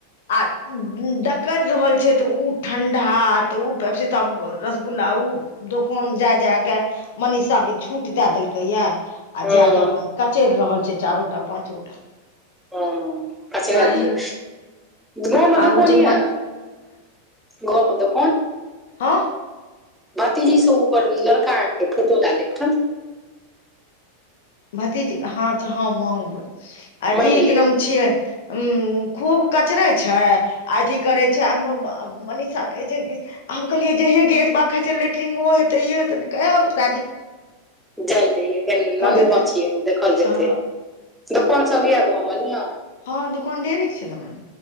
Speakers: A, on the left; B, in the centre.
A: आ डकर रहल छै, तऽ उ ठंडा, तऽ उ पेप्सी तऽ अब गर। रसगुल्ला ऊ, दोकान जाय जाय के, मनीषा के छूट दै देलकै ये। आ
B: हँ
A: जा कऽ अपन कचैर रहल छै चारोटा पाँचो टा।
B: ह्म्म कचरै
A: ओकरा
B: दियो।
A: एहन
B: गाम मे
A: आ
B: दोकान
A: ओ जे
B: हीया। गाम मे दोकान।
A: आ
B: भतीजीसँ ओकर लड़का के फोटो लडाले थ।
A: भतीजी ह, अच्छा हँ मागबै। अजी
B: माँगि
A: की
B: ले
A: नाम छियै। अम्म, खूब कचरै छै, आ एथी करे छै, मनीषा कहै छै कि हम कहलियै जे, हे गे एत बा खै छै लेट्रिंग हो हेतै ये हैते। तऽ कहेत है होइ जाय दी।
B: जाय लऽ दै इए एखन ना
A: जेतै
B: गाव छियै। देखल जेतै।
A: आ
B: दोकान सभ हईए गाव मे न।
A: ह दोकान, ढेरी छै दोकान।